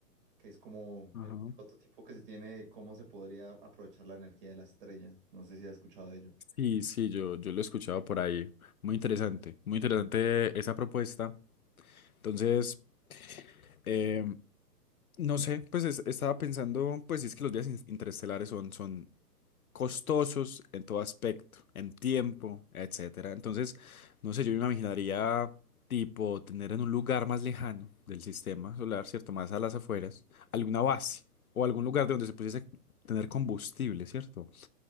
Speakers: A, on the right (about 35°); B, on the left (about 60°).
A: que es como
B: ajá.
A: el prototipo que se tiene de cómo se podría aprovechar la energía de la estrella. No sé si has escuchado de ello.
B: Sí, sí, yo, yo lo he escuchado por ahí. Muy interesante, muy interesante esa propuesta. Entonces, em, no sé, pues es- estaba pensando, pues si es que los días in- interestelares son, son costosos en todo aspecto, en tiempo, etcétera. Entonces, no sé, yo me imaginaría tipo tener en un lugar más lejano del sistema solar, ¿cierto? Más a las afueras, alguna base o algún lugar de donde se pudiese tener combustible, ¿cierto?